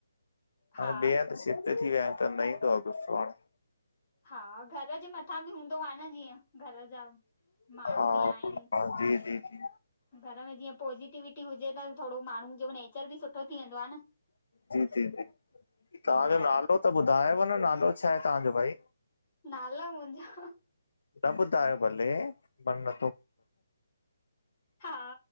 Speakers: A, on the left; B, on the left.
A: हा
B: हाणे ॿेए हंध शिफ्ट थी वया आहिनि त न ईंदो आ गुस्सो हाणे।
A: हा घर जे मथां बि हूंदो आ‌ न जीअं घर जा माण्हू
B: हा
A: बि आहिनि।
B: हा जी जी जी।
A: घर में जीअं पोज़िटिविटी हुजे त थोडो माण्हू जो <unintelligible> बि सुठो थी वेंदो आ न।
B: जी जी जी।
A: इन
B: तव्हांजो
A: लाइ
B: नालो त ॿुधायव न नालो छा आहे तव्हांजो भई।
A: नाला मुंजो।
B: न ॿुधायो भले मन नथो
A: हा,